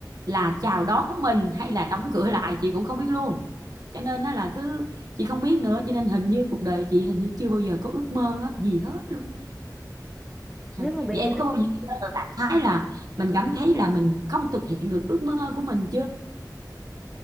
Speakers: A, on the right (about 60°); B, in the centre.
A: là chào đón mình hay là đóng cửa lại chị cũng không biết luôn cho nên á là cứ chị không biết nữa cho nên hình như cuộc đời chị hình như chưa bao giờ có ước mơ á, gì hết luôn á.
B: nếu
A: Dạ.
B: mà bây
A: vậy em
B: giờ
A: có bao giờ rảnh thái là mình cảm thấy là mình không thực hiện được ước mơ của mình chưa